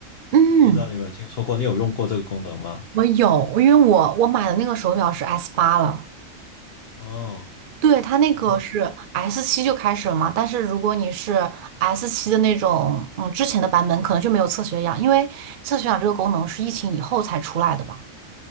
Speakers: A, on the right; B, on the left.
A: 嗯，
B: 不知道你有没有听说过？你有用过这个功能吗？
A: 我有，因为我我买的那个手表是 S 八了。
B: 哦。
A: 对，它那个是
B: 然后。
A: S 七就开始了嘛，但是如果你是 S 七的那种，嗯，之前的版本可能就没有测血氧，因为测血氧这个功能是疫情以后才出来的嘛。